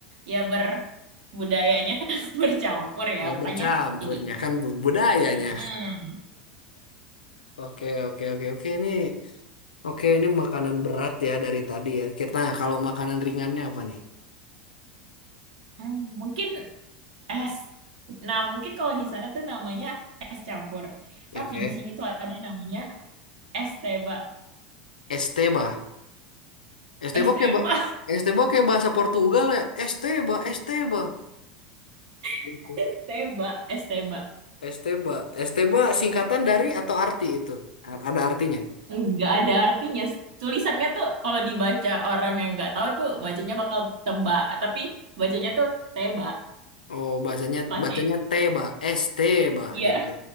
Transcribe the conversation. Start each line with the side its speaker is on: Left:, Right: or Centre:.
Right: ya berbudayanya <laughs> bercampur ya,
Left: Ya
Right: makanya
Left: bercampurnya
Right: jadi.
Left: kan bu- budayanya.
Right: Hmm.
Left: Oke, oke, oke, oke. Ini, oke, ini makanan berat ya dari tadi ya. Kita, nah, kalau makanan ringannya apa nih?
Right: Hmm, mungkin es. Nah, mungkin kalau di sana tuh namanya es campur,
Left: Ya,
Right: tapi
Left: Oke.
Right: di sini tuh ada namanya es teba,
Left: Esteba. Esteba
Right: es teba,
Left: kayak ba- Esteba kayak bahasa Portugal ya. Esteba, Esteba. Gitu.
Right: <laughs> es teba, es teba.
Left: Esteba. Esteba singkatan dari atau arti itu? A- Ada artinya.
Right: Nggak ada artinya. Tulisannya tuh kalau dibaca orang yang nggak tahu tuh bacanya bakal teba, tapi bacanya tuh teba
Left: Oh, bahasanya
Right: pakai.
Left: bacanya Teba, Esteba
Right: Iya.
Left: gitu.